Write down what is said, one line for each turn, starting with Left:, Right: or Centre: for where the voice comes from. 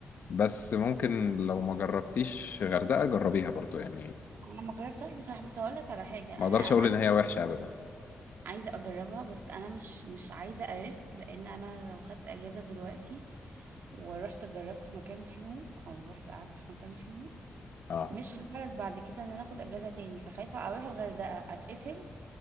Left: بس ممكن لو ما جربتيش غردقة جربيها برضو يعني
Right: انا ما جربتهاش بصراحه بس هقول لك على حاجه
Left: ما
Right: انا
Left: أقدرش
Right: انا
Left: أقول
Right: عايزه
Left: إن هي وحشة أبدا
Right: عايزه اجربها بس انا مش مش عايزه اريسك لان انا لو خدت اجازه دلوقتي ورحت جربت مكان فيهم او رحت قعدت في مكان فيهم
Left: آه
Right: مش هعرف بعد كده ان انا اخد اجازه تاني فخايفه اروح الغردقه اتقفل